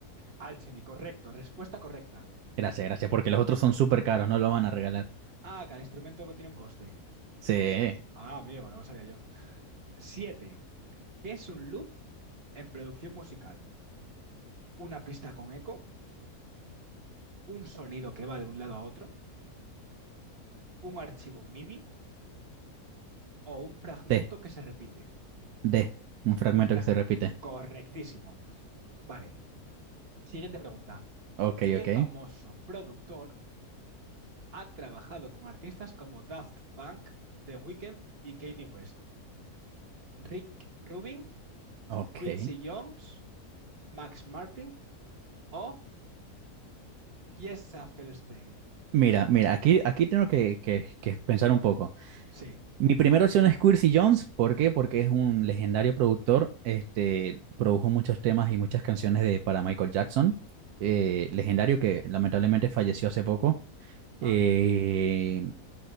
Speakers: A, on the right (about 40°); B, on the right (about 80°).
A: Alchemy, correcto. Respuesta correcta.
B: Gracias, gracias, porque los otros son súper caros, no lo van a regalar.
A: Ah, cada instrumento que tiene un coste.
B: Sí.
A: Ah, amigo, no lo sabía yo. 7. ¿Qué es un loop en producción musical? Una pista con eco, un sonido que va de un lado a otro, un archivo MIDI, o un fragmento
B: T.
A: que se repite.
B: D. Un fragmento
A: Un fragmento.
B: que se repite.
A: Correctísimo. Vale. Siguiente pregunta.
B: Ok,
A: ¿Qué
B: ok.
A: famoso productor ha trabajado con artistas como Daft Punk, The Weeknd y Kanye West? Rick Rubin,
B: Ok.
A: Quincy Jones, Max Martin o Jessa Felstein.
B: Mira, mira, aquí, aquí tengo que, que- que pensar un poco.
A: Sí.
B: Mi primera opción es Quincy Jones. ¿Por qué? Porque es un legendario productor. Este, produjo muchos temas y muchas canciones de, para Michael Jackson. eh, legendario que lamentablemente falleció hace poco.
A: Ah.
B: Eh,